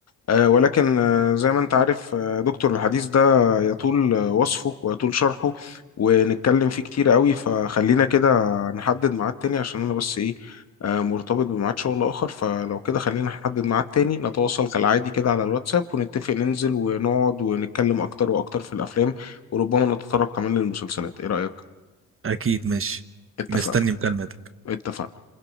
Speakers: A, on the left (about 45°); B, on the right (about 35°).
A: آه، ولكن آه، زي ما أنت عارف آه، دكتور الحديث ده يطول آه، وصفه ويطول شرحه ونتكلم فيه كتير قوي فخلينا كده نحدد ميعاد تاني عشان أنا بس إيه آه، مرتبط بميعاد شغل آخر فلو كده خلينا نحدد ميعاد تاني نتواصل كالعادي كده على الواتساب ونتفق ننزل ونقعد ونتكلم أكتر وأكتر في الأفلام وربما نتطرق كمان للمسلسلات إيه رأيك؟
B: اكيد ماشي
A: اتفقنا
B: مستني مكالمة
A: اتفقنا